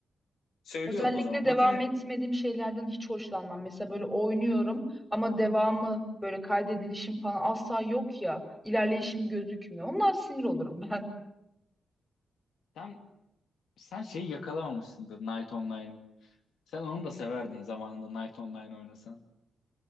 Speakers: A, on the left; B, in the centre.
A: Söylüyorum
B: özellikle
A: o zaman. Makinen
B: devam etmediğim şeylerden hiç hoşlanmam. Mesela böyle oynuyorum ama devamı böyle kaydedilişim falan asla yok ya. İlerleyişim gözükmüyor. Ondan sinir olurum ben.
A: sen sen şeyi yakalamamışsındır Night Online'ı. Sen onu da severdin zamanında Night Online oynasan.